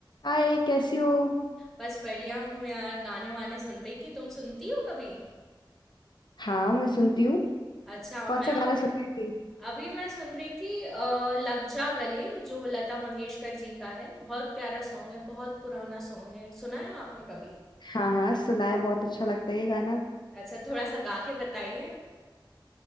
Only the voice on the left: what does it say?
हाय कैसी हो
हाँ मैं सुनती हूँ
कौन
सा गाना सुन रही थी
हाँ हाँ सुनाए बहुत अच्छा लगता है ये गाना